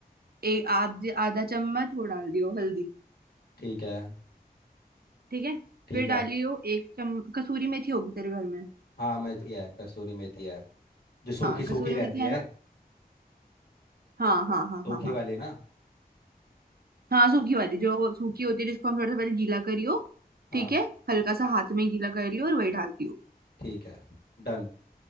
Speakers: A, on the right; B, on the left.
A: एक आध आधा चम्मच वो डाल दियो हल्दी
B: ठीक है
A: ठीक है
B: ठीक
A: फिर डालियो
B: है
A: एक चम कसूरी मेथी होगी तेरे घर में
B: हाँ मेथी है कसूरी मेथी है जो सूखी
A: हाँ
B: सूखी
A: कसूरी मेथी
B: रहती
A: है
B: है
A: ना हाँ हाँ हाँ
B: सूखी
A: हाँ हाँ
B: वाली ना
A: हाँ सूखी वाली जो सूखी होती है जिसको हम थोड़ा सा पहले गीला करियो
B: हाँ
A: ठीक है हल्का सा हाथ में गीला कर लियो और वही डाल दियो
B: ठीक है डन